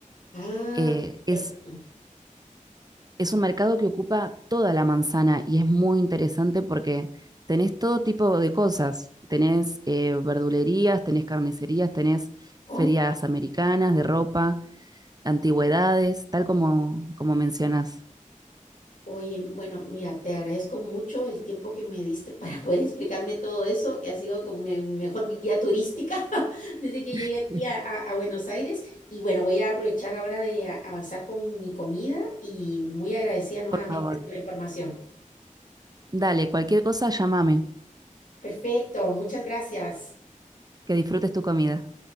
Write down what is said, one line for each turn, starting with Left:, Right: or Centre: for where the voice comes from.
Left: Ah,
Right: Eh,
Left: perfecto.
Right: es es un mercado que ocupa toda la manzana y es muy interesante porque tenés todo tipo de cosas. Tenés eh, verdulerías, tenés carnicerías, tenés ferias
Left: Oh,
Right: americanas de ropa, antigüedades, tal como, como mencionas.
Left: oye, bueno, mira, te agradezco mucho el tiempo que me diste <laughs> para poder explicarme todo eso, que ha sido como mi mejor guía turística <laughs> desde que llegué
Right: <laughs>
Left: aquí a, a- a Buenos Aires. Y bueno, voy a aprovechar ahora de a- avanzar con mi comida y muy agradecida nuevamente
Right: Por favor.
Left: por la información.
Right: Dale, cualquier cosa, llámame.
Left: Perfecto, muchas gracias.
Right: Que disfrutes tu comida.